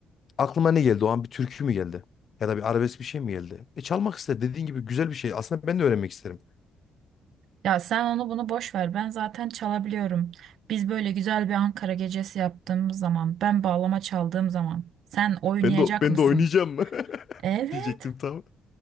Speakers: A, on the left; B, on the right.
A: aklıma ne geldi? O an bir türkü mü geldi? Ya da bir arabesk bir şey mi geldi? E çalmak ister. Dediğin gibi güzel bir şey. Aslında ben de öğrenmek isterim.
B: Ya sen onu bunu boş ver. Ben zaten çalabiliyorum. Biz böyle güzel bir Ankara gecesi yaptığımız zaman, ben bağlama çaldığım zaman sen oynayacak
A: Ben de ben
B: mısın?
A: de oynayacağım mı? <laughs>
B: Evet,
A: diyecektim tam.